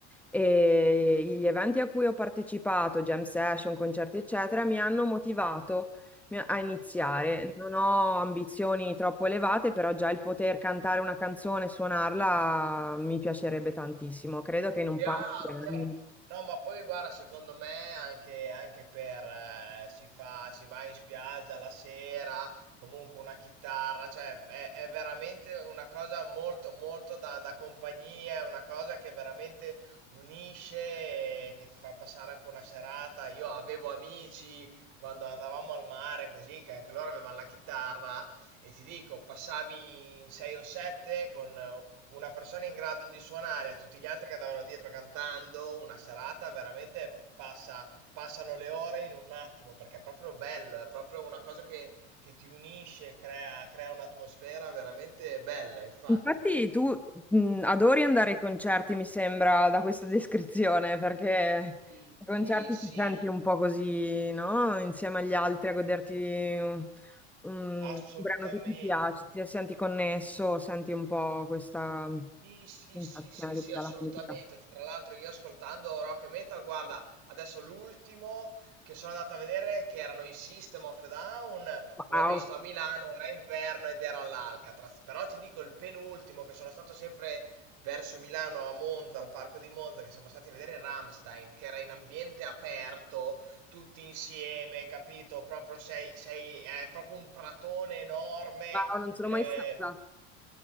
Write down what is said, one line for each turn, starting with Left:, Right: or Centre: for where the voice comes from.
Centre: e gli eventi a cui ho partecipato, jam session, concerti, eccetera, mi hanno motivato mi- a iniziare. Non ho ambizioni troppo elevate, però già il poter cantare una canzone e suonarla mi piacerebbe tantissimo. Credo che in un
Right: Chiaro,
Centre: paio di anni.
Right: chiaro. No, ma poi guarda, secondo me anche, anche per eh, si fa, si va in spiaggia la sera, comunque una chitarra, cioè è, è veramente una cosa molto, molto da, da compagnia, è una cosa che veramente unisce e che ti fa passare anche una serata. Io avevo amici quando andavamo al mare così, che anche loro avevano la chitarra e ti dico, passavi in 6 o 7 con eh, una persona in grado di suonare, tutti gli altri che andavano dietro cantando, una serata veramente passa, passano le ore in un attimo, perché è proprio bello, è proprio una cosa che, che ti unisce, crea, crea un'atmosfera veramente bella, infatti.
Centre: Infatti tu mh, adori andare ai concerti, mi sembra, da questa descrizione, perché
Right: Sì,
Centre: ai concerti
Right: sì, sì,
Centre: ti senti un po' così, no? Insieme agli altri a goderti un, un
Right: assolutamente.
Centre: brano che ti piace, ti senti connesso, senti un po' questa
Right: Sì, sì,
Centre: sensazione
Right: sì, sì,
Centre: che
Right: sì,
Centre: ti dà
Right: assolutamente.
Centre: la musica.
Right: Tra l'altro io ascoltando rock e metal, guarda, adesso l'ultimo che sono andato a vedere, che erano i System of a Down,
Centre: Wow,
Right: l'ho visto a Milano, era inverno ed era all'Alcatraz. Però ti dico il penultimo, che sono stato sempre verso Milano, a Monza, al parco di Monza, che siamo stati a vedere Rammstein, che era in ambiente aperto, tutti insieme, capito? Proprio sei, sei, è proprio un pratone enorme.
Centre: wow, non sono
Right: Eh,
Centre: mai stata.